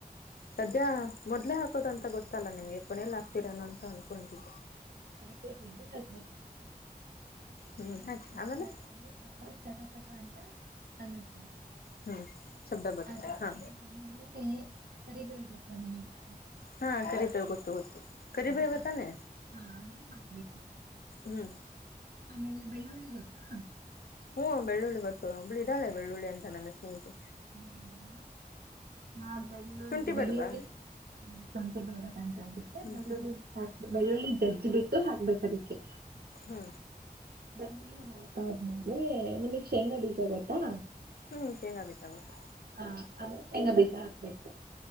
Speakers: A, on the left; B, on the right.
A: ಸದ್ಯ ಮೊದ್ಲೆ ಹಾಕೋದ ಅಂತ ಗೊತ್ತಲ್ಲ ನಿಮ್ಗೆ ಕೊನಲಿ ಆಕ್ತೀರೆನೋ ಅಂತ ಅನ್ಕೊಂಡಿವಿ.
B: ಸಾಸಿವೆ ಜೀರಿಗೆ ಹಾಕಬೇಕು
A: ಹ್ಮ್
B: ಅದನ್ನ
A: ಹಾಕಿ ಆಮೇಲೆ
B: ಹಾಕದ್ಮೇಲೆ. ವ ಚಟಾಪಟಾ ಅಂತ ಅನ್ನಬೇಕು.
A: ಹ್ಮ್ ಶಬ್ದ ಬರುತ್ತೆ
B: ಅದಾದ್ಮೇಲೆ
A: ಹಾ
B: ಕರಿಬೇವು ಗೊತ್ತಾ ನಿಮಗೆ.
A: ಹಾ ಕರಿಬೇವು ಗೊತ್ತು ಗೊತ್ತು. ಕರಿಬೇವ
B: ಹಾ ಅದ್
A: ತಾನೆ
B: ಹಾ ಅದನ್ನು ಹಾಕ್ಬೇಕು.
A: ಹ್ಮ್
B: ಆಮೇಲೆ ಬೆಳ್ಳುಳ್ಳಿ ಗೊತ್ತಾ.
A: ಹು ಬೆಳ್ಳುಳ್ಳಿ ಗೊತ್ತು ಒಬ್ಬಳು ಇದಾಳೆ ಬೆಳ್ಳುಳ್ಳಿ ಅಂತ ನನ್ನ ಸ್ನೇಹಿತೆ.
B: ಹು ಹು ಹಾ ಬೆಳ್ಳುಳ್ಳಿ
A: ಶುಂಠಿ
B: ಬೆಳ್ಳುಳ್ಳಿ
A: ಬೇಡ್ವಾ
B: ಸೊಂಟಿ ನಿರಾಗೆ ಹಾಕ್ತಾರೆ ಅದಕ್ಕೆ
A: ಹ್ಮ್
B: ಬೆುಳ್ಳುಳ್ಳಿ. ಬೆಳ್ಳುಳ್ಳಿ ಜಜ್ಜಿ ಬಿಟ್ಟು ಹಾಕ್ಬೇಕು ಅದಕ್ಕೆ.
A: ಹು
B: ಬೆಳ್ಳುಳ್ಳಿ ಹಾಕದದ್ಮೇಲೆ ನಿಮಗ ಶೇಂಗಾ ಬೀಜ ಗೊತ್ತಾ.
A: ಹ್ಮ್ ಶೇಂಗಾ ಬೇಕಾಗುತ್ತ.
B: ಹ ಅದೇ ಶೇಂಗಾ ಬೀಜ ಹಾಕ್ಬೇಕು.